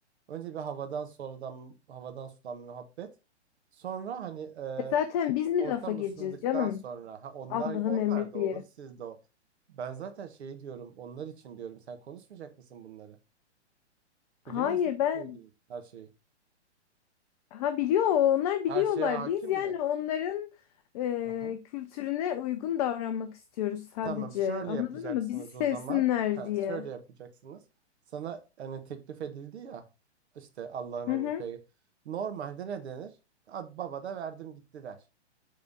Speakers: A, on the right; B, on the left.
A: Önce bir havadan sonradan havadan sudan muhabbet. Sonra hani e,
B: E zaten biz mi
A: ortam
B: lafa gireceğiz
A: ısındıktan
B: canım?
A: sonra ha, onlar
B: Allah'ın
A: onlar
B: emri
A: da
B: diye.
A: olur siz de o. Ben zaten şey diyorum onlar için diyorum sen konuşmayacak mısın bunları?
B: Hayır
A: Biliyor musun
B: ben
A: sevgilin her şeyi?
B: ha biliyor onlar biliyorlar.
A: Her şeye hakim
B: Biz yani
A: mi?
B: onların e,
A: Hı hı.
B: kültürüne uygun davranmak istiyoruz sadece.
A: Tamam şöyle
B: Anladın
A: yapacaksınız
B: mı? Bizi sevsinler
A: o zaman. Ha,
B: diye.
A: şöyle yapacaksınız. Sana hani teklif edildi ya işte Allah'ın
B: Hı
A: emri
B: hı.
A: peygamber. Normalde ne denir? Ad baba da verdim gitti der.